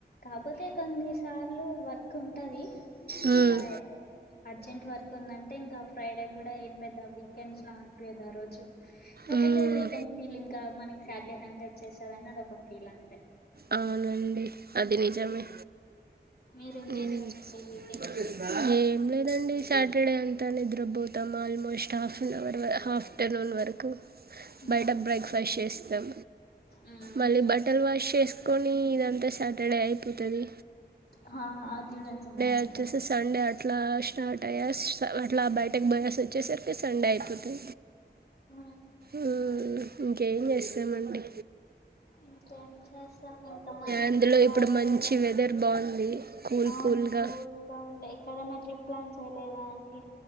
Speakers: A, on the left; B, on the right.
A: కాపోతే కొన్ని సార్లు వర్క్ ఉంటది
B: మ్మ్,
A: ఉంటాయ్ అర్జెంట్ వర్క్ ఉందంటే ఇంకా ఫ్రైడే కూడా ఏం పెద్ద వీకెండ్స్ లా అనిపియదు ఆ రోజు కాకపోతే
B: మ్మ్.
A: వీకెండ్ ఫీల్ ఇంకా మనకి సాట్డేస్ అంటే వచ్చేస్తార అని అది ఒక ఫీల్ అంతే
B: అవునండి అది నిజమే
A: మీరేం
B: హ్మ్మ్
A: చేస్తారండి వీకెండ్స్
B: ఏం లేదండి సాటర్డే అంతా నిద్రపోతాము almost half an hour half afternoon వరకు
A: మ్మ్.
B: బయట బ్రేక్ఫాస్ట్ చేస్తాం
A: మ్మ్.
B: మళ్ళీ బయట తల వాష్ చేసుకొని ఇదంతా సాటర్డే అయిపోతది
A: హా అగ్రిమెంట్స్ ఉన్నాయండి
B: వచ్చేసి సండే అట్లా స్టార్ట్ అయ్యాశ్ అట్ బయటకి పోయేచ్చేసరికే కి సండే అయిపోతాది
A: ఆ
B: ఉమ్మ్ ఇంకేం చేస్తామండి
A: ఇంకేం చేస్తాం ఇంకా మందు
B: అందులో
A: వాడకపోతే
B: ఇప్పుడు మంచి వెదర్ బాగుంది కూల్
A: అవును
B: కూల్గా
A: కోడుగా ఉండే ఎక్కడైనా ట్రిప్ ప్లాన్ చేయలేదా అని